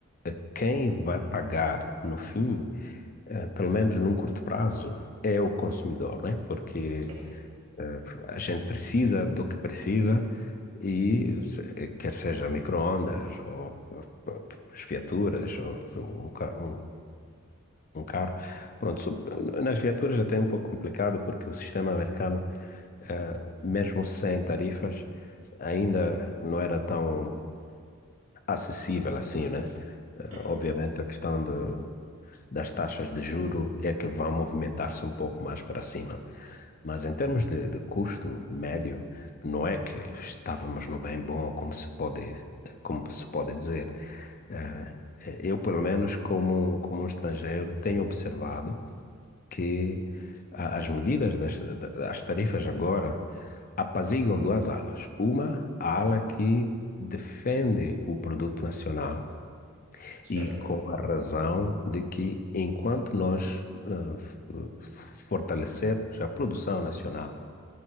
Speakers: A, on the left; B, on the right.
A: eh, quem vai pagar no fim, eh, pelo menos num curto prazo, é o consumidor, né? Porque
B: Certo.
A: eh, a gente precisa do que precisa e se- eh, quer seja micro-ondas ou eh, p- p- as viaturas ou um, ca- um- um carro. Pronto, sob- nas viaturas até é um pouco complicado porque o sistema americano eh, mesmo sem tarifas, ainda não era tão acessível assim, né? Eh,
B: Uhum.
A: Obviamente, a questão de, das taxas de juro é que vão movimentar-se um pouco mais para cima. Mas em termos de, de custo médio, não é que estávamos no bem bom, como se pode, como se pode dizer. Eh, Eu, pelo menos, como, como um estrangeiro, tenho observado que a- as medidas das, da- das tarifas agora apaziguam duas alas. Uma, a ala que defende o produto nacional
B: Certo.
A: e com a razão de que enquanto nós eh, f- fortalecermos a produção nacional,